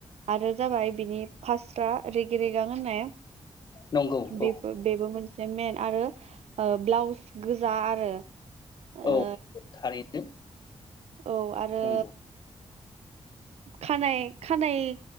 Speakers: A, on the right; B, on the left.
A: आरो जाबाय बिनि फास्रा रेगि रिगां होननाया
B: नंगौ
A: बे
B: औ
A: बेबो मोनसे <unintelligible> मेन आरो ब्लाउस गोजा आरो ओ
B: औ थारैनो
A: औ आरो
B: नंगौ
A: खानाय खानायाइ